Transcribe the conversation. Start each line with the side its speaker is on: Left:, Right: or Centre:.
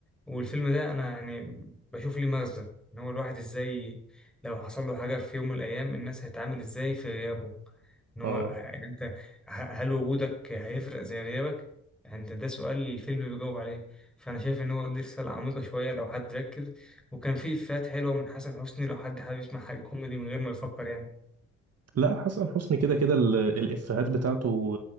Centre: والفيلم ده انا يعني بشوف ليه مغزى ان هو الواحد ازاي لو حصل له حاجه في يوم من الايام الناس هتتعامل ازاي في غيابه
Right: <laughs>
Centre: ان هو
Right: اه
Centre: ه- انت ه- هل وجودك هيفرق زي غيابك انت ده سؤال الفيلم بيجاوب عليه فانا شايف ان هو دي رساله عميقه شويه لو حد ركز وكان فيه افيهات حلوه من حسن حسني لو حد حابب يسمع حاجه كوميدي من غير ما يفكر يعني
Right: لا حسن حسني كده كده ال- الإفيهات بتاعته